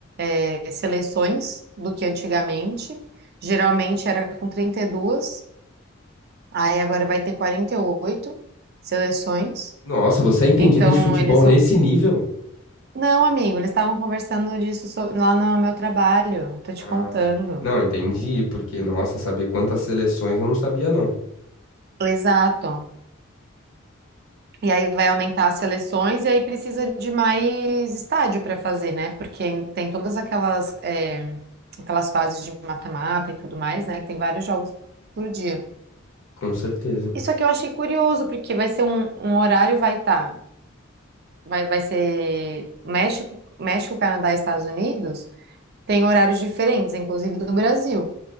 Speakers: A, on the right; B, on the left.
A: é, seleções do que antigamente. Geralmente era com 32, aí agora vai ter 48 seleções.
B: Nossa, você é entendida
A: Então,
B: de futebol
A: eles
B: nesse
A: vão.
B: nível?
A: Não, amigo, eles estavam conversando disso so- lá no meu trabalho, eu tô te
B: Ah,
A: contando.
B: não, entendi, porque, nossa, saber quantas seleções eu não sabia, não.
A: Exato. E aí vai aumentar as seleções e aí precisa de mais estádio para fazer, né? Porque tem todas aquelas, é, aquelas fases de mata-mata e tudo mais, né? Que tem vários jogos por dia.
B: Com certeza.
A: Isso aqui eu achei curioso, porque vai ser um, um horário, vai estar. vai, vai ser México, México, Canadá e Estados Unidos, tem horários diferentes, inclusive do Brasil.